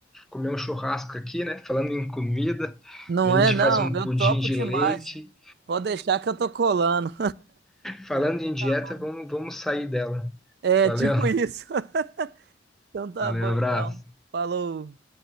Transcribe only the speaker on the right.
Não
é,
não,
eu
topo
demais.
né? Pode deixar que eu tô colando.
<laughs>
É,
tipo isso. <laughs> Então tá
bom, então.
Falou.